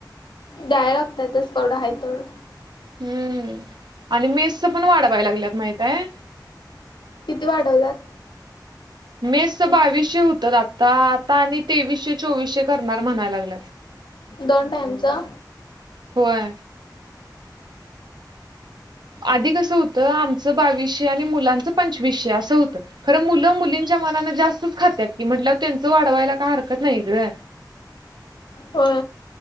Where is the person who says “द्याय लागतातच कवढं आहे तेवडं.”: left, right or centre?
Left